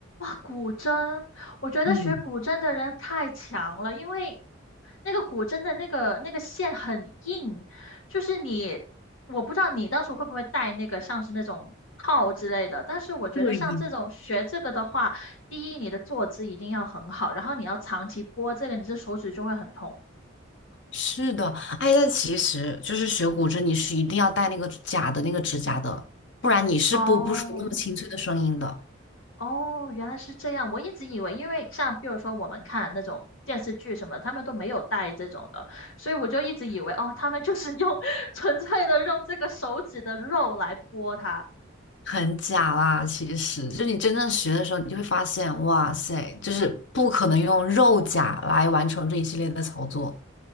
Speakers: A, on the left; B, on the left.
A: 古筝，我觉得学古筝的人太强了，
B: 嗯，
A: 因为那个古筝的那个那个线很硬，就是你，我不知道你到时候会不会带那个像是那种套之类的，但是我觉得像这种学这个的话，
B: 对，
A: 第一你的坐姿一定要很好，然后你要长期拨这个，你的手指就会很痛。
B: 是的，哎，但其实就是学古筝，你是一定要戴那个假的那个指甲的，不然你是播不出那么清脆的声音的，
A: 哦，哦，原来是这样。我一直以为，因为像比如说我们看那种电视剧什么，他们都没有带这种的，所以我就一直以为，哦，他们就是用 <laughs> 纯粹的用这个手指的肉来剥它。
B: 很假啦。其实，就你真正学的时候，你就会发现，哇塞，就是不可能用肉甲来完成这一系列的操作。